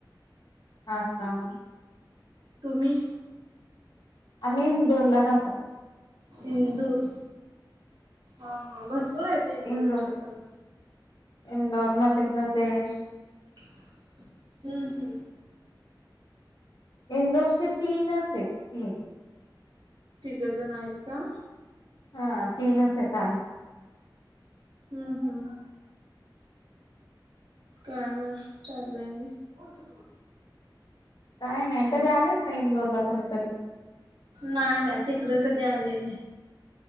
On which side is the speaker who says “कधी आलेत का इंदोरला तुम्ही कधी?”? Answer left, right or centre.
Left